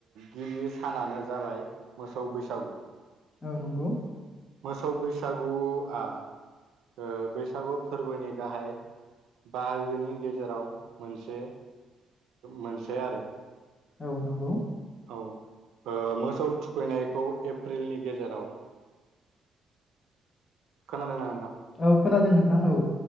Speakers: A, on the right (about 85°); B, on the left (about 25°).
A: गिबि सानानो जाबाय मोसौ बैसागु
B: औ नंगौ
A: मोसौ बैसागुआ ओ बैसागु फोरबोनि गाहाय बाहागोनि गेजेराव मोनसे मोनसे आरो
B: औ नंगौ
A: औ ओ मोसौ थुखैनायखौ एप्रिलनि गेजेराव खोनादों नों
B: औ खोनादों नोंथां औ